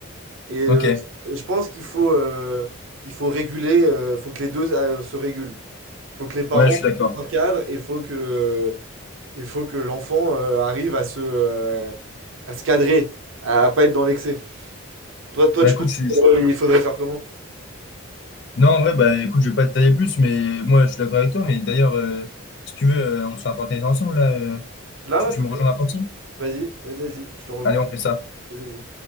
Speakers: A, on the right; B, on the left.
A: Et euh,
B: Ok,
A: je pense qu'il faut, euh, il faut réguler, euh, faut que les deux euh, se régulent. Il faut que les parents
B: ouais, je suis d'accord.
A: posent un cadre et faut que, euh, il faut que l'enfant euh, arrive à se, euh, à se cadrer, à, à pas être dans l'excès. Toi, toi,
B: Bah
A: tu
B: écoute,
A: penses
B: je,
A: qu'il
B: suis
A: faudrait, il faudrait faire comment?
B: Non, en vrai, bah écoute, je vais pas te tailler plus, mais moi je suis d'accord avec toi. Mais d'ailleurs, euh, si tu veux, euh, on se fait un Fortnite ensemble là. euh,
A: Là,
B: tu,
A: là,
B: tu
A: tout
B: me
A: de
B: rejoins
A: suite?
B: à la partie?
A: Vas-y, vas-y, vas-y, je te rejoins.
B: Allez, on fait ça.
A: Vas-y, vas-y.